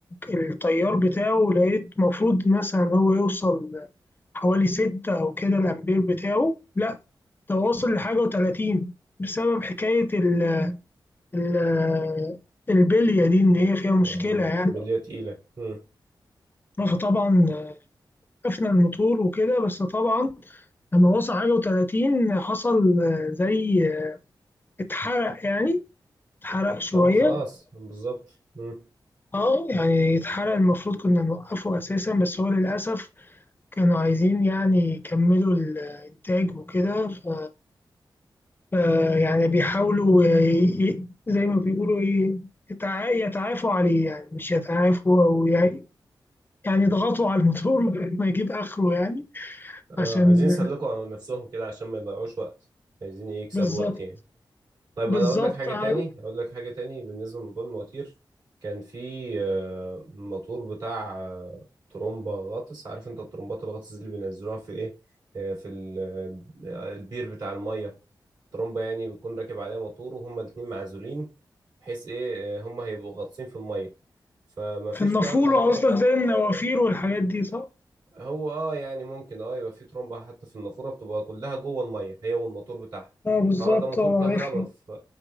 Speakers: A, on the left (about 25°); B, on the right (about 65°).
A: التيار بتاعه لقيت المفروض مثلا هو يوصل حوالي ستة أو كده الأمبير بتاعه لا ده واصل لحاجة وتلاتين بسبب حكاية ال... ال... البلية دي إن هي فيها مشكلة
B: اه
A: يعني
B: بليه تقيله امم
A: فطبعا قفنا الموتور وكده بس طبعا لما وصل حاجة وتلاتين حصل زي اتحرق يعني اتحرق شوية
B: اما خلاص بالظبط امم
A: اه يعني يتحرق المفروض كنا نوقفه اساسا بس هو للاسف كانوا عايزين يعني يكملوا الانتاج وكده ف... ف يعني بيحاولوا ي... ي- زي ما بيقولوا ايه يتع... يتعافوا عليه يعني مش يتعافوا او ي... يعني يضغطوا على الموتور <laughs> ما يجيب اخره يعني
B: اه
A: عشان
B: عايزين يسلكوا نفسهم كده عشان ما يضيعوش وقت عايزين إيه يكسبوا
A: بالظبط
B: وقت يعني طيب
A: بالظبط
B: انا اقول لك حاجه
A: ع-
B: تاني اقول لك حاجه تاني بالنسبه لموضوع المواتير كان في آه، موتور بتاع آه، ترومبا غطس عارف انت الترومبات الغطس دي اللي بينزلوها في ايه آه، في ال- آه، البير بتاع الميه ترمبة يعني بيكون راكب عليها موتور وهما الاتنين معزولين بحيث ايه آه، هما هيبقوا غاطسين في المية فما
A: في
B: فيش
A: النافوره
B: بقى كهرباء
A: قصدك زي النوافير والحاجات دي صح؟
B: هو اه يعني ممكن اه يبقى في ترمبة حتى في النافورة بتبقى كلها جوه المية هي والموتور بتاعها
A: اه بالظبط
B: طبعا ده موتور
A: اه
B: كهرباء
A: عارفها
B: ف...